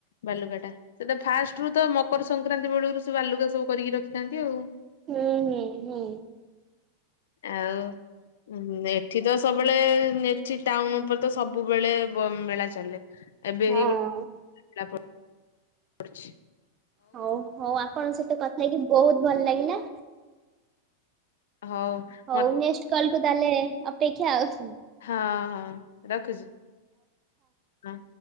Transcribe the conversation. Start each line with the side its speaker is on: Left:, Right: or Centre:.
Left: ବାଲୁକା ଟା। ସେଇଟା ଫାଷ୍ଟରୁ ତ ମକର ସଂକ୍ରାନ୍ତି ବେଳରୁ ସେ ବାଲୁକା ସବୁ କରିକି ରଖିଥାନ୍ତି ଆଉ।
Right: ହୁଁ-ହୁଁ-ହୁଁ।
Left: ଆଉ ଉଁ ଏଠି ତ ସବୁବେଳେ ଏଠି ଟାଉନ୍ ଉପରେ ତ ସବୁବେଳେ ମେଳା ଚାଲେ। ଏବେ
Right: ହଁ।
Left: ଏଇ ଗୋଟେ ନା କଣ ପଡିଚି।
Right: ହୋଉ ହୋଉ ଆପଣଙ୍କ ସହିତ କଥା ହେଇକି ବହୁତ ଭଲ ଲାଗିଲା।
Left: ହଉ
Right: ହଉ
Left: ମତ
Right: ନେକ୍ସଟ କଲ କୁ ତାଲେ ଅପେକ୍ଷା ଆଉ।
Left: ହଁ ହଁ ରଖୁଚି ହଁ।